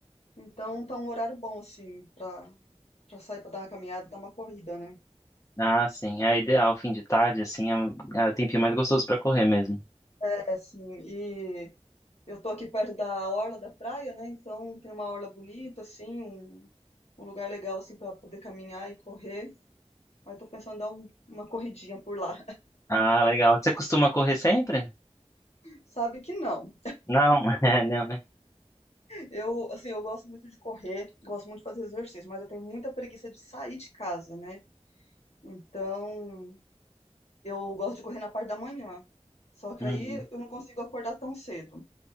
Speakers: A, on the left; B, on the left.
A: então tá um horário bom assim pra para sair pra dar uma caminhada, dar uma corrida, né?
B: Ah, sim. É ideal, fim de tarde, assim, é, o- é o tempinho mais gostoso pra correr mesmo.
A: É assim, e eu tô aqui perto da orla da praia, né? Então tem uma orla bonita assim, um, um lugar legal assim para poder caminhar e correr. Aí tô pensando em dar um- uma corridinha por lá.
B: Ah, legal. Você costuma correr sempre?
A: Sabe que não.
B: Não, <laughs> é, não, né?
A: Eu, assim, eu gosto muito de correr, gosto muito de fazer exercício, mas eu tenho muita preguiça de sair de casa, né? Então, eu gosto de correr na parte da manhã. Só que
B: Uhum.
A: aí eu não consigo acordar tão cedo.